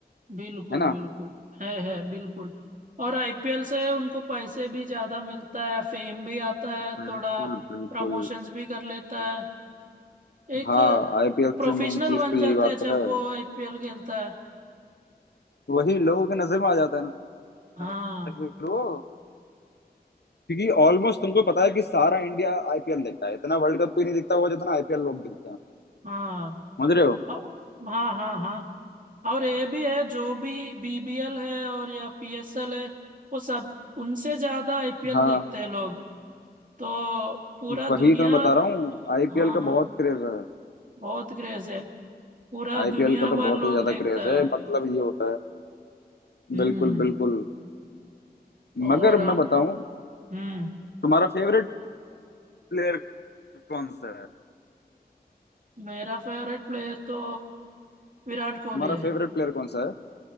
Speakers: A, on the right (about 50°); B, on the left (about 80°).
A: बिल्कुल
B: है ना
A: बिल्कुल है है बिल्कुल और आईपीएल से उनको पैसे भी ज्यादा मिलता है फेम भी आता है
B: बिल्कुल
A: थोड़ा
B: बिल्कुल
A: प्रमोशंस भी कर लेता है एक
B: हाँ आईपीएल
A: प्रोफेशनल
B: से मेन चीज
A: बन
B: तो यही
A: जाता
B: बात
A: है
B: तो
A: जब
B: है
A: वो आईपीएल खेलता है
B: वही लोगों के नजर में आ जाता है ना
A: हाँ
B: फिर वो क्योंकि ऑलमोस्ट तुमको पता है कि सारा इंडिया आईपीएल देखता है इतना वर्ल्ड कप कोई नहीं देखता होगा जितना आईपीएल लोग देखते हैं
A: हाँ
B: समझ रहे हो
A: अ- हाँ हाँ हाँ और ये भी है जो भी बीबीएल है और या पीएसएल है वो सब उनसे ज्यादा आईपीएल
B: हाँ
A: देखते हैं लोग तो पूरा दुनिया
B: वही तो मैं बता रहा हूँ आईपीएल
A: हाँ
B: का
A: हाँ
B: बहुत क्रेज है
A: बहुत क्रेज है पूरा
B: आईपीएल
A: दुनिया
B: का तो बहुत
A: भर
B: ही
A: लोग
B: ज्यादा
A: देखता
B: क्रेज है
A: है
B: मतलब ये होता है
A: हम्म
B: बिल्कुल बिल्कुल
A: और
B: मगर
A: हम
B: मैं बताऊं
A: हम्म
B: तुम्हारा फेवरेट प्लेयर कौन सा है
A: मेरा फेवरेट प्लेयर तो विराट कोहली
B: तुम्हारा
A: है
B: फेवरेट प्लेयर कौन सा है